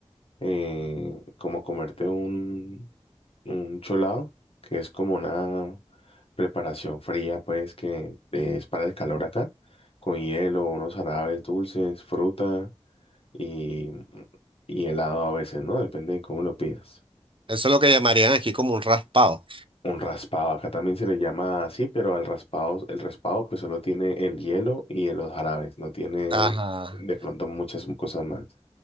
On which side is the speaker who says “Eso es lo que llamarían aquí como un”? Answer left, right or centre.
Right